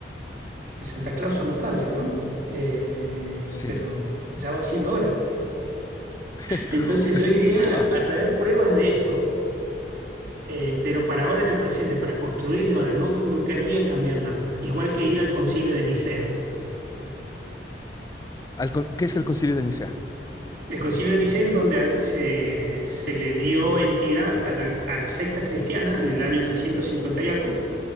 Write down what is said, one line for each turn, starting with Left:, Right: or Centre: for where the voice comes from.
Right: que Santa Claus son los padres, ¿no? Eh,
Left: Sí.
Right: pero ya va siendo hora.
Left: <laughs>
Right: Entonces
Left: Es,
Right: yo iría
Left: wow.
Right: a traer pruebas de eso, eh, pero para ahora en el presente, para construir de ahora, no, no querría cambiar nada. Igual que ir al Concilio de Nicea.
Left: Al con- ¿Qué es el Concilio de Nicea?
Right: El Concilio de Nicea es donde se, se le dio entidad a la, a la secta cristiana en el año 350 y algo